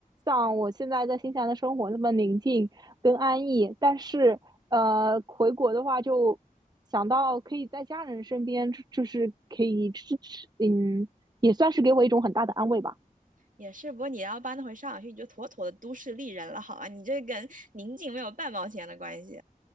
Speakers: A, on the right; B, on the right.
A: 像我现在在新西兰的生活那么宁静跟安逸。但是呃，回国的话，就想到可以在家人身边，就就是可以支持，嗯，也算是给我一种很大的安慰吧。
B: 也是，不过你要搬回上海去，你就妥妥的都市丽人了，好吧？你这跟宁静没有半毛钱的关系。